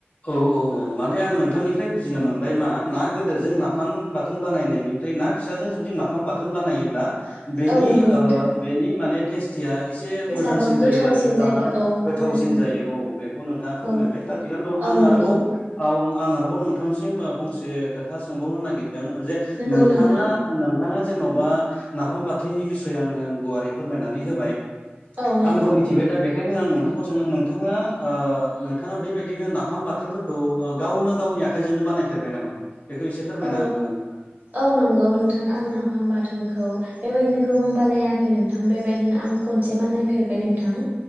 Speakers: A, on the left; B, on the right.
A: औ औ औ माने आं नोंथांनिफ्राय बुजिनो मोनबाय मा ना गोदोरजों नाफान बाथोन बानायनायनि ना फिसाजों जुदि नाफाम बाथोन बानायोब्ला बेनि
B: औ नंगौ
A: ओ
B: नोंथां
A: बेनि माने टेस्टिया एसे
B: टेसाबो
A: मोजांसिन
B: गोथावसिन
A: जायो आरो ज जानानै
B: जायो औ
A: गोथावसिन
B: मोजांसिन
A: जायो औ बेखौ नोंथाङा फोरमायबाय
B: औ
A: दा थिगानो दं आं
B: औ नंगौ
A: आरोबाव आं आरोबाव नोंथांनिसिम फंसे खोथा सोंबावनो नागिरदों जे
B: नंगौ
A: नोंथाङा
B: नोंथां
A: नोंथाङा जेन'बा नाफाम बाथोनि बिसय आंनो गुवारै फोरमायनानै होबाय
B: औ नंगौ
A: आंबो मिथिबाय दा बेखायनो आं नोंथांखौ सोंनो नोंथाङा ओ नोंथाङा बेबायदिनो ना नाफाम बाथोनफोरखौ गावनो गावनि आखाइजोंनो बानायफेरबाय नामा? बेखौ एसे फोरमायना
B: औ
A: हागोन नामा नोंथाङा
B: औ नंगौ नोंथाङा आं नाफाम बाथोनखौ बेबायदिनो गोबां बानायाखै नोंथां बेबायदिनो आं खनसे बानायफेरबाय नोंथां।